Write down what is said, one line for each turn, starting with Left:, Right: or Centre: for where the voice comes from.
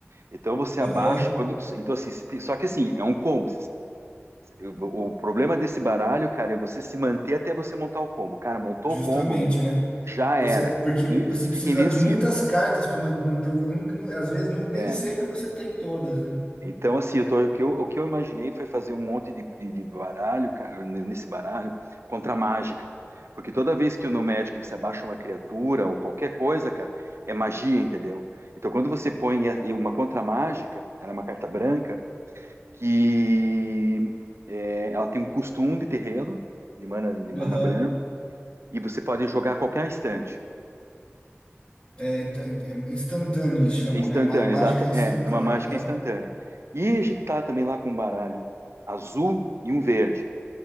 Right: Então você
Left: Aham,
Right: abaixa quando, então assim, se tem- só que assim é um combo. eu- o problema desse baralho, cara, é você se manter até você montar o combo. Cara, montou
Left: justamente,
Right: o combo,
Left: né?
Right: já era,
Left: Você,
Right: cara.
Left: porque
Right: In-
Left: você
Right: Você
Left: precisa
Right: fica invencível.
Left: de muitas cartas para manter o. e nunca- nu- às vezes não- nem
Right: É.
Left: sempre você tem todas, né?
Right: Então, assim, eu tô- o que eu, o que eu imaginei foi fazer um monte de, de de baralho, cara, n- nesse baralho, contra a mágica. Porque toda vez que no Magic você abaixa uma criatura ou qualquer coisa, cara, é magia, entendeu? Então, quando você põe e- e uma contra mágica, ela é uma carta branca, que é, ela tem um custo um de terreno, de mana, de mana
Left: Aham.
Right: branca E você pode jogar a qualquer instante.
Left: É, int- é é instantâneo eles chamam,
Right: É Instantânea,
Left: né? Ma- Mágica
Right: exata.
Left: instantânea.
Right: É, é uma mágica
Left: Aham.
Right: instantânea. E a gente tá também lá com um baralho azul e um verde.